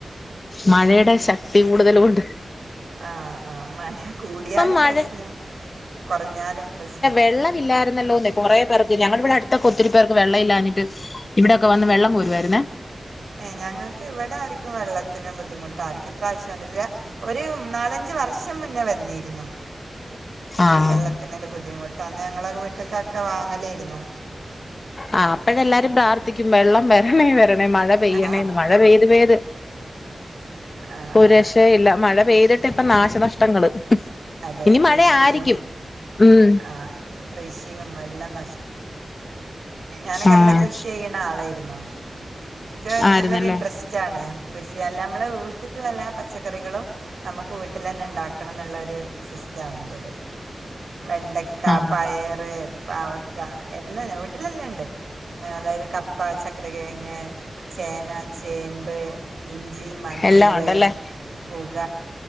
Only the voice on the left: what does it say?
മഴയുടെ ശക്തി കൂടുതലുകൊണ്ട്
മഴ
വെള്ളമില്ലാർന്നല്ലോന്നെ കൊറെ പേർക്ക് ഞങ്ങ ഇവിടെ അടുത്തൊക്കെ ഒത്തിരി പേർക്ക് വെള്ളം ഇല്ലാഞ്ഞിട്ട് ഇവിടൊക്കെ വന്ന് വെള്ളം കോരുവായിരുന്നേ
ആഹ്
ആ അപ്പഴെല്ലാരും പ്രാർത്ഥിക്കും വെള്ളം വെരണേ വെര കിട്ടണേ മഴ പെയ്യണേന്ന്
മഴ പെയ്ത് പെയ്ത്
പ്പോ ഒരു
രക്ഷയും ഇല്ല മഴ പെയ്തിട്ട് <unintelligible> ഇപ്പ നാശനഷ്ടങ്ങള്
ഇനി
മഴയായിരിക്കും ഉം
ആഹ്
ആയിരുന്നല്ലേ
ആഹ്
എല്ലാം ഉണ്ടല്ലേ